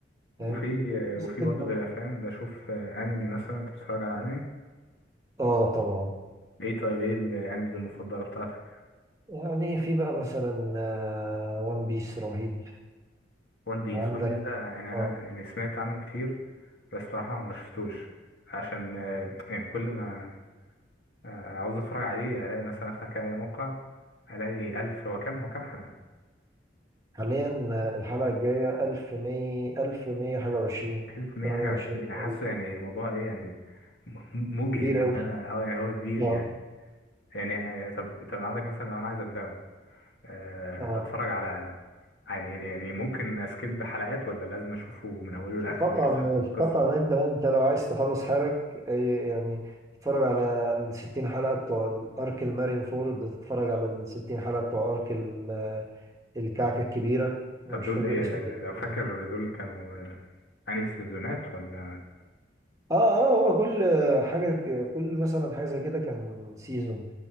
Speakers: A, on the right (about 15°); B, on the left (about 65°).
A: فاهم
B: وفي
A: بس
B: وفي
A: الفكرة-
B: برضه غير الافلام بشوف آه، انمي مثلا انت بتتفرج على انمي
A: اه طبعا
B: ايه طيب ايه الانميز المفضله بتاعتك
A: يعني في بقى مثلا وان بيس رهيب
B: وان بيس
A: عندك
B: وان بيس ده يعني انا
A: اه
B: يعني سمعت عنه كتير بس بصراحه ما شفتوش عشان آه، يعني كل ما آه، عاوز اتفرج عليه الاقي مثلا افتح كده اي موقع الاقي الف هو كام هو كام حلقه
A: حاليا آه، الحلقة الجاية 1100 1100 حاجة وعشرين
B: 1100
A: 28
B: حاجه وعشرين يعني
A: تقريبا
B: حاسه يعني موضوع ايه يعني م- مجهد
A: كبير
B: ان
A: أوي
B: انا اه يعني هو كبير
A: اه
B: يعني يعني آه، يعني طب طب عندك مثلا لو انا عايز ابداه آه،
A: اه
B: اتفرج على يعني يعني ممكن اسكيب حلقات ولا لازم اشوفه من اوله لاخره
A: طبعا
B: بحيث افهم القصه
A: طبعا انت انت لو عايز تخلص حالك اي- يعني تتفرج على ال 60 حلقه بتوع الارك المارين فورد تتفرج على ال 60 حلقه بتوع ارك ال- الكعكه الكبيره انا
B: طب
A: مش
B: دول
A: فاكر
B: ايه
A: اسمه بالظبط
B: لو فاكر دول كانوا آه، انهي سيزونات ولا
A: اه اه هو كل حاجه كل مثلا حاجه زي كده كان سيزون